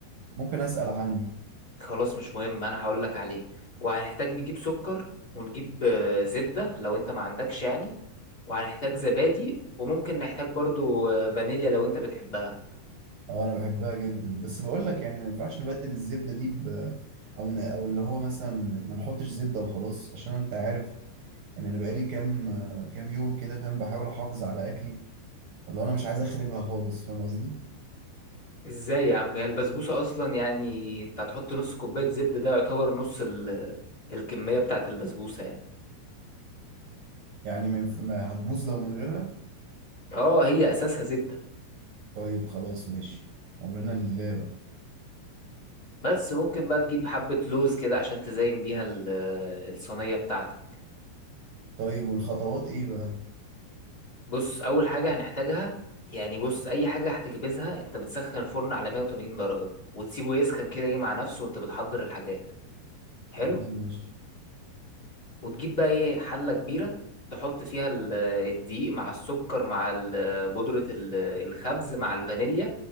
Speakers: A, on the right; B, on the left.
A: ممكن اسال عنه
B: خلاص مش مهم انا هقول لك عليه وهنحتاج نجيب سكر ونجيب آه، زبدة لو انت ما عندكش يعني وهنحتاج زبادي وممكن نحتاج برضو آه، فانيليا لو انت بتحبها
A: اه انا بحبها جدا بس بقول لك يعني ما ينفعش نبدل الزبده دي ب او ن... او اللي هو مثلا ما نحطش زبده وخلاص عشان انت عارف يعني انا بقالي كام كام يوم كده فاهم بحاول احافظ على اكلي فاللي هو انا مش عايز اخربها خالص فاهم قصدي
B: ازاي يا عم هي البسبوسة اصلا يعني انت هتحط نص كوباية زبدة ده يعتبر نص ال... الكمية بتاعة البسبوسة يعني
A: يعني ما ينف... ما هتبوظ لو من غيرها
B: اه هي اساسها زبدة
A: طيب خلاص ماشي أمرنا لله بقى
B: بس ممكن بقى تجيب حبة لوز كده عشان تزين بيها ال- آه، الصينية بتاعتك
A: طيب والخطوات إيه بقى
B: بص اول حاجه هنحتاجها يعني بص اي حاجه هتخبزها انت بتسخن الفرن على 180 درجه وتسيبه يسخن كده ايه مع نفسه وانت بتحضر الحاجات حلو
A: تمام ماشي
B: وتجيب بقى ايه حله كبيره تحط فيها ال- الدقيق مع السكر مع ال- بودره ال- الخبز مع الفانيليا